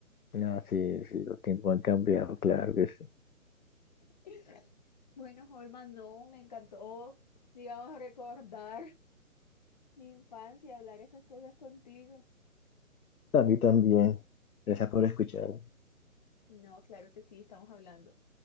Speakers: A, on the left; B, on the left.
A: Ah, sí, sí, los tiempos han cambiado, claro que sí.
B: <laughs> Bueno, Holman, no, me encantó, digamos, recordar. Mi infancia, hablar estas cosas contigo.
A: A mí también. Gracias por escuchar.
B: No, claro que sí, estamos hablando.